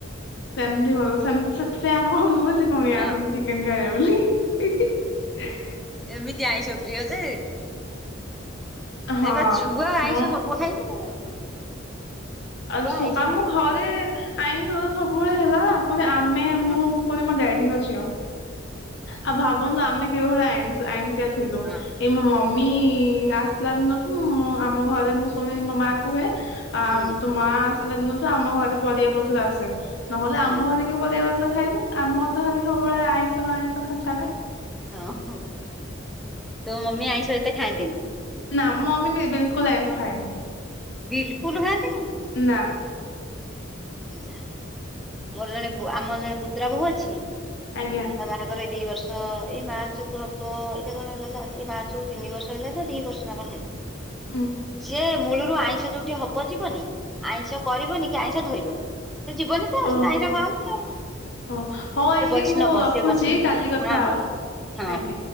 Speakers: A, on the left; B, in the centre.
A: ସେମିତି ଭଲ ସେମିତି ସେଥିପାଇଁ ଆମ ଘରକୁ ବିକ କୁଣିଆ
B: ହଁ
A: ଆସନ୍ତି ଚିକେନ ଖାଇବେ ବୋଲି।
B: ଏମିତି ଆଇଁଷ ପ୍ରିୟ ଯେ
A: ହଁ
B: ଏ ବା ଛୁଆ ଆଇଁଷ
A: ମୋ
B: ସବୁ ଖାଇଲେ ଆଉ। ଛୁଆ
A: ଆଉ
B: ଆଇଁଷ
A: ଆମ
B: ଖାଇଲେ
A: ଘରେ ଆଇଁଷ ସବୁବେଳେ ହେଲା ପୁଣି ଆମେ
B: ହଁ
A: ମୁଁ ପୁଣି ମୋ ଡାଡିଙ୍କ ଝିଅ। ଆଉ ଭାବନ୍ତୁ ଆମେ କିଭଳିଆ ଆଇ ଆଇଁଷିଆ ଥିଲୁ
B: ହଁ
A: ଏଇ ମୋ ମ ମମି ଆସିଲା ଦିନଠୁ, ମୁଁ ଆମ ଘରେ ମୁଁ ଶୁଣି ମୋ ମା କୁହେ। ଆ
B: ହୁଁ
A: ତୋ ମା ଆସିଲା ଦିନଠୁ ଆମ ଘରେ ପରିବାପତ୍ର ଆସେ। ନହେଲେ ଆମ
B: ହଁ
A: ଘରେ କି ମୁଁ ପରିବାପତ୍ର ତ ଖାଏନି, ଆମ ଘରେ ଖାଲି ସବୁବେଳେ ଆଇଁଷ ଆଇଁଷ ଖାଲି ଚାଲେ-
B: ଓହୋ, ତୋ ମମି ଆଇଁଷ ହେତେ ଖାଆନ୍ତିନି?
A: ନା, ମୋ ମମି ବିଲକୁଲ ଆଇଁଷ ଖାଏନି।
B: ବିଲକୁଲ ଖାନ୍ତିନି।
A: ନା।
B: ଯା, ମୋର ଜଣେ ଆମର ଜଣେ ପୁତ୍ର ବୋହୂ ଅଛି।
A: ଆଜ୍ଞା
B: ହୁଁ, ତା ବାହାଘର ଏଇ ଦି ବର୍ଷ ତ ଏଇ ମାର୍ଚ୍ଚ କୁ ହବ ଏଇଟା କଣ ଗଲା ଏଇ ମାର୍ଚ୍ଚ କୁ ତିନି ବର୍ଷ ହେଲା ନା ଦି ବର୍ଷ ନା କଣ ହେଲା।
A: ହୁଁ
B: ଏ ମୂଳରୁ ଆଇଁଷ ଯୋଉଠି ହବ ଯିବନି, ଆଇଁଷ କରିବନି, କି ଆଇଁଷ ଧରିବନି। ସେ ଯିବନି ତ ସେ
A: ଓହୋ
B: ଆଇଁଷ ଖାଉନି ଆଉ।
A: ଓ ହଉ ଆଣ୍ଟି
B: ସେ ବୈଷ୍ଣବ
A: ମୁଁ ରଖୁଛି
B: ସେ ବୈଷ୍ଣ
A: କାଲି କଥା
B: ହଁ,
A: ହବା
B: ହଁ, ହଁ,
A: ଆଜ୍ଞା।